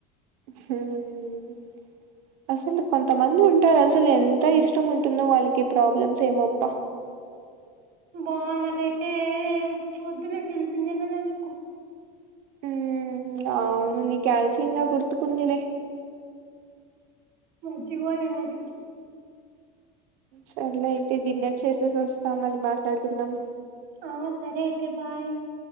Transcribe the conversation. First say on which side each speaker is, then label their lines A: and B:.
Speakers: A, on the right; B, on the right.
A: హ్మ్ అసలు కొంతమంది ఉంటారు అసలు ఎంత ఇష్టం ఉంటుందో వాళ్ళకి ప్రాబ్లమ్స్ ఏమోప్ప
B: బా నాకైతే వద్దులే తెలిసిందే కదా నీకు
A: ఉమ్ అవును నీకాల్సయంగా గుర్తుకుందిలే
B: మర్చిపోలేం అది
A: సరలే అయితే డిన్నర్ చేసేసి వస్తా మళీ మాట్లాడుకుందాం
B: ఆ సరే అయితే బాయ్